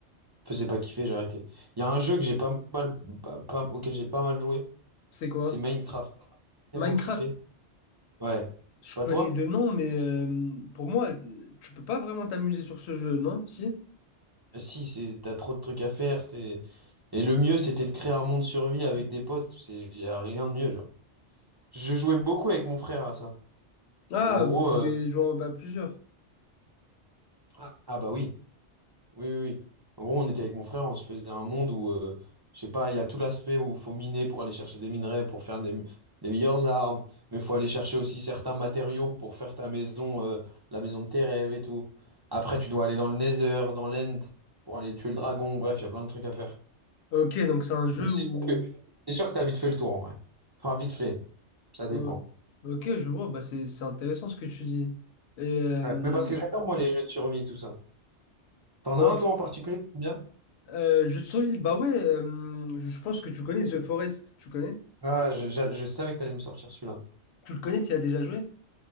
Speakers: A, on the right; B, on the left.
A: faisait pas kiffer, j'ai arrêté. Il y a un jeu que j'ai pas mal, pas- pas- auquel j'ai pas mal joué.
B: C'est quoi?
A: C'est Minecraft, t'as tellement
B: Minecraft?
A: kiffé. Ouais.
B: Je
A: Pas
B: connais
A: toi?
B: deux noms, mais euh, pour moi, euh, tu peux pas vraiment t'amuser sur ce jeu, non? Si?
A: Euh, Si, c'est t'as trop de trucs à faire. t'es- Et le mieux, c'était de créer un monde survie avec des potes. C'est y a rien de mieux, genre. Je jouais beaucoup avec mon frère à ça.
B: Ah,
A: Ou en
B: vous
A: gros,
B: pouvez
A: euh,
B: jouer à plusieurs.
A: ah ah bah oui. Oui, oui, oui. En gros, on était avec mon frère, on se faisait un monde où, euh, je sais pas, il y a tout l'aspect où il faut miner pour aller chercher des minerais, pour faire des, des meilleures armes, mais il faut aller chercher aussi certains matériaux pour faire ta maison, euh, la maison de tes rêves et tout. Après, tu dois aller dans le Nether, dans l'End, pour aller tuer le dragon, bref, il y a plein de trucs à faire.
B: Ok, donc c'est un jeu
A: Mais c'est
B: où...
A: sûr que, c'est sûr que t'as vite fait le tour, en vrai. Enfin, vite fait, ça dépend.
B: oh, ok, je vois, bah c'est c'est intéressant ce que tu dis. Et... Euh,
A: Ouais. Mais parce que j'adore, moi, les jeux de survie, tout ça. T'en
B: ok,
A: as un, toi, en particulier, qui t'aime bien?
B: euh, jeu de survie, bah ouais, euh, je pense que tu connais The Forest, tu connais?
A: Ah, je, je- je savais que t'allais me sortir celui-là.
B: Tu le connais, tu y as déjà joué?